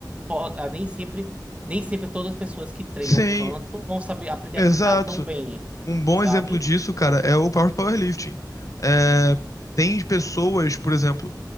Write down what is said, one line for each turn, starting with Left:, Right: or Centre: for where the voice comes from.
Right: pode, nem sempre, nem sempre todas as pessoas que treinam
Left: sim,
Right: canto vão saber aprender
Left: exato.
Right: a cantar tão bem,
Left: Um bom
Right: sabe?
Left: exemplo disso, cara, é o power powerlifting. É, tem pessoas, por exemplo,